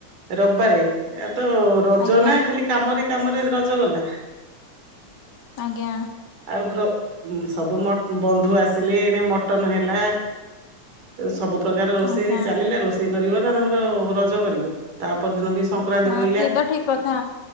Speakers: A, on the right (about 85°); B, on the left (about 35°).
A: ରବିବାରେ, ଏ ତ ରଜ
B: ଆଜ୍ଞା।
A: ନା ଖାଲି କାମରେ କାମରେ ରଜ ଗଲା।
B: ଆଜ୍ଞା
A: ଆଉ ବ୍ର ଉଁ ସବୁ ମ ବନ୍ଧୁ ଆସିଲେ ଏଣେ ମଟନ ହେଲା ସବୁ ପ୍ରକାର ରୋଷେଇ
B: ଆଜ୍ଞା
A: ଚାଲିଲେ ରୋଷେଇ କରିବ ନା ତମର ରଜ କରିବ। ତାପର ଦିନ ବି ସଂକ୍ରାନ୍ତି
B: ଆଉ
A: ପଇିଲା
B: ସିଏ ତ ଠିକ କଥା